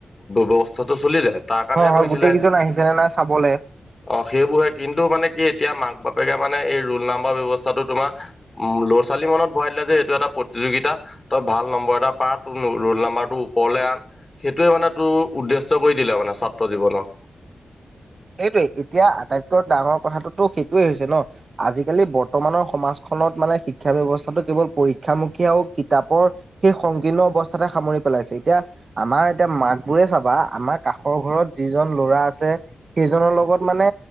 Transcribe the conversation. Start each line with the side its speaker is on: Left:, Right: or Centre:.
Left: ব্যৱস্থাটো চলি যায়। তাৰ কাৰণেহে
Right: হয়, হয়,
Left: কৰিছিলে
Right: গোটেই কেইজন আহিছে নে নাই চাবলে
Left: অ', সেইবোৰহে কিন্তু মানে কি এতিয়া মাক বাপেকে মানে এই ৰোল নাম্বৰ ব্যৱস্থাটো তোমাৰ উম, ল'ৰা ছোৱালী মনত ভৰাই দিলে যে এইটো এটা প্ৰতিযোগিতা। তই ভাল নম্বৰ এটা পা, তোৰ ৰোল নম্বাৰটো ওপৰলৈ আন, সেইটোয়ে মানে তোৰ উদ্দেশ্য। কৰি দিলে মানে ছাত্ৰ জীৱনত
Right: সেইটোৱে এতিয়া আটাইতকৈ ডাঙৰ কথাটোতো সেইটোৱেই হৈছে ন'। আজিকালি বৰ্তমানৰ সমাজখনত মানে শিক্ষা ব্যৱস্থাটো কেৱল পৰীক্ষামুখী আৰু কিতাপৰ সেই সংকীৰ্ণ অৱস্থাতে সামৰি পেলাইছে। এতিয়া আমাৰ এতিয়া মাকবোৰে চাবা, আমাৰ কাষৰ ঘৰত যিজন ল'ৰা আছে সেইজনৰ লগত মানে